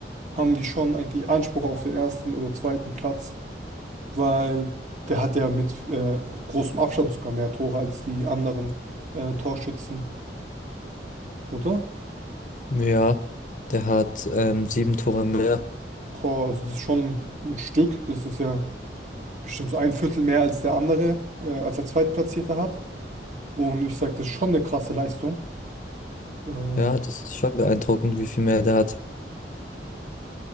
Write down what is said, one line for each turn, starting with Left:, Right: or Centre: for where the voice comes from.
Right: haben die schon eigentlich Anspruch auf den ersten oder zweiten Platz, weil der hat ja mit äh, großem Abstand sogar mehr Tore als die anderen äh, Torschützen, oder?
Left: Ja, der hat ähm, sieben Tore mehr.
Right: Boah, also das ist schon ein Stück. Das ist ja bestimmt so ein Viertel mehr als der andere, äh, als der Zweitplatzierte hat. Und ich sage, das ist schon eine krasse Leistung. Äh,
Left: Ja, das ist schon beeindruckend, wie viel mehr der hat.